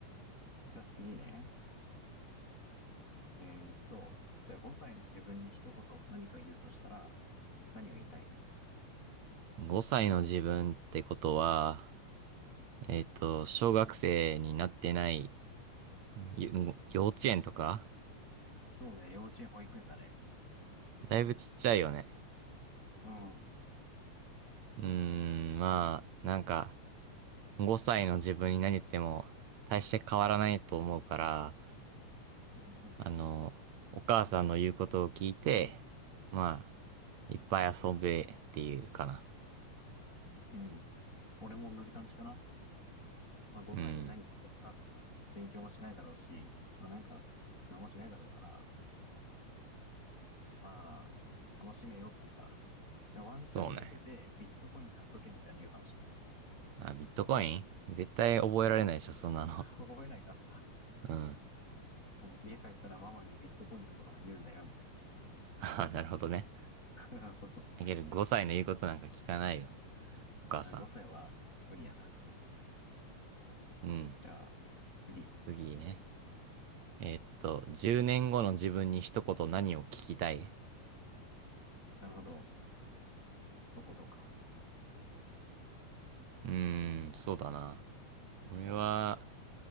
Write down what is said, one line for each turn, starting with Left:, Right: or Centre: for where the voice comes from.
Left: じゃあ次ね。えーっと、じゃあ5歳の自分に一言何か言うとしたら、何を言いたい
Right: 5歳の自分ってことは、えっと、小学生になってない、ゆ幼稚園とか
Left: そうね、幼稚園、保育園だね。
Right: だいぶちっちゃいよね。
Left: うん。
Right: うーん、まあ、なんか、5歳の自分に何言っても大して変わらないと思うから、
Left: <laughs>
Right: あの、お母さんの言うことを聞いて、まあ、いっぱい遊べっていうかな。
Left: うん。俺も同じ感じかな。まあ、5歳に何言っても多分、
Right: うん。
Left: 勉強もしないだろうし、まあ、なんか、何もしないだろうから、まあ、楽しめよっていうかな。でワンチャンかけて、
Right: そうね。
Left: ビットコイン買っとけみたいな言うかもしれない。
Right: あ、ビットコイン絶対覚えられないでしょ、
Left: うん。
Right: そんなの。
Left: <laughs> 覚えないか。
Right: うん。
Left: 家帰ったらママにビットコインのこと言うんだよ、み
Right: あなるほどね。
Left: たいな。<laughs> そうそう。
Right: だけど5歳の言うことなんか聞かないよ、お母さ
Left: 5歳は無理やな。
Right: ん。うん。
Left: じゃあ、次。
Right: 次ね。えーっと、10年後の自分に一言何を聞きたい
Left: なるほど。一言か。
Right: うーん、そうだな。俺は、